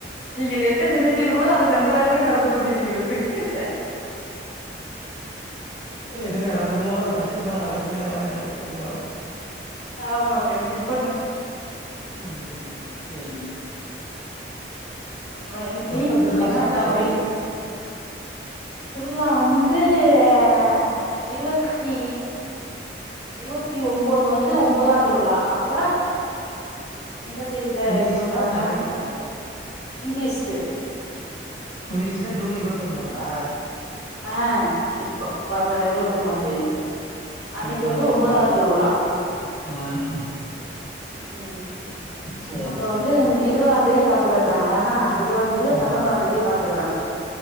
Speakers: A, on the left; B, on the left.
A: நீங்கள் என்ன நினைத்தீர்களோ அதுல <unintelligible> நன்றாகவே ந <unintelligible>
B: எது நடக்குமோ அது கண்டிப்பா நடக்குங்மாறி நடந்துட்டு இருக்கோ
A: ஆமா கண்டிப்
B: ம் சேரி
A: அப்புறே என் நீங்
B: எப்ப திருவிழா
A: என்ன
B: ஸ்டார்ட்
A: சாவ
B: ஆகுது
A: <inaudible> திருவுழா வந்து ஏ இருவத்தி இருபத்தி ஒம்போது வந்த் ஒன்பதா திருவுளா அப்ப எந்த தேதியில
B: இங்கிலீஷ்ல
A: இதுபண்றாங்க
B: தமிழ்கா
A: இங்கிலிஷ்
B: இங்கிலீஷ்ல ஜூன் இரு த்தொன்பதா
A: அ இப்ப வர இருவத்தொம்பதா தேதி
B: இன்னும்
A: அன்னைக்கு
B: ஜூன்
A: வந்து
B: இருபத்தி
A: ஒம்பதாவது
B: மூணு
A: திருவுழா
B: ம்
A: ம்
B: சரி
A: அப்ப
B: சரி
A: வந்து இருவாதா தேதி காப்பு கட்டுறாங்களானா இருவதா தேதியோ
B: ஆமா
A: பத்தம்போதா தேதியோ காப்பு கட்டுவாங்க